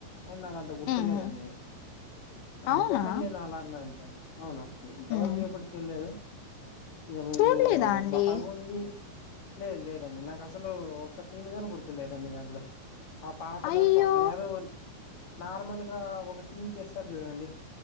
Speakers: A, on the left; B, on the left.
A: అ నాకు అంత గుర్తు
B: హ్మ్
A: తెలేదండి అందుకోసం
B: అవునా
A: నేను అలా అన్నా అంతె అవున ఇంతవరకు
B: హ్మ్
A: ఎప్పుడు చూడలేదు ఇంకా మీరు
B: చూడలేదా అండి
A: బాగుంది లేద్ లేదండి నాకసలు ఒక సీన్ కను గుర్తు లేదండి దాంట్లో ఆ పాట
B: అయ్యో
A: తప్ప అది ఏదో నార్మల్గ ఒక సీన్ చేస్తారు చూడండి